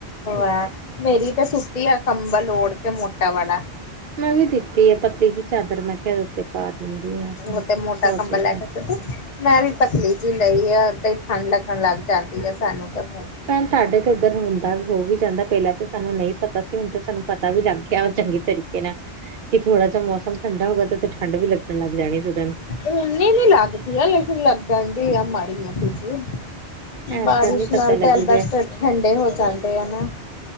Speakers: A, on the left; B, on the right.
A: ਆ ਮੇਰੀ ਤੇ ਸੁੱਤੀ ਆ ਕੰੰਬਲ ਲੋੜ ਕੇ ਮੋਟਾ ਵਾਲਾ
B: ਮੈਂ ਵੀ ਦਿੱਤੀ ਆ ਪਤਲੀ ਦੀ ਚਾਦਰ ਮੈਂ ਕਿਹਾ ਏਦੇ ਉੱਤੇ ਪਾ ਦਿੰਦੀ ਹਾਂ,
A: ਉਹ ਤੇ ਮੋਟਾ
B: ਸੋਜੇ
A: ਕੰਬਲ ਲੈ ਕੇ ਮੈਂ ਵੀ ਪਤਲੀ ਜਿਹੀ ਲਈ ਆ, ੳਦਾ ਹੀ ਠੰਢ ਲੱਗਣ ਲੱਗ ਜਾਂਦੀ ਆ ਸਾਨੂੰ ਤਾਂ ਫਿਰ
B: ਭੈਣ ਤੁਹਾਡੇ ਕਿੱਧਰ ਹੁੰਦੀ ਪਰ ਹੋ ਵੀ ਜਾਂਦਾ ਪਹਿਲਾਂ ਤਾਂ ਸਾਨੂੰ ਨਹੀਂ ਪਤਾ ਸੀ, ਹੁਣ ਤੇ ਸਾਨੂੰ ਪਤਾ ਵੀ ਲੱਗ ਗਿਆ ਵਾ ਚੰਗੇ ਤਰੀਕੇ ਨਾਲ ਕਿ ਥੋੜਾ ਜਿਹਾ ਮੌਸਮ ਠੰਡਾ ਹੋਗਾ, ਤੇ ਠੰਡ ਵੀ ਲੱਗਣ ਲਗ ਜਾਣੀ ਸੀ ਉਹਦੇ ਨੂੰ
A: ਓਨੀ ਨੀ ਲੱਗਦੀ ਆ, ਲੇਕਿਨ ਲੱਗਣ ਡ ਆ ਮਾੜੀ ਮੋਟੀ ਜੀ
B: ਐਸ
A: ਬਾਰਿਸ਼
B: ਵਾਰ ਨੀ
A: ਨਾਲ
B: ਪਤਾ ਲੱਗੂਗਾ।
A: ਤੇ ਅਲਬਸਟਰ ਠੰਡੇ ਹੋ ਜਾਂਦੇ ਨਾ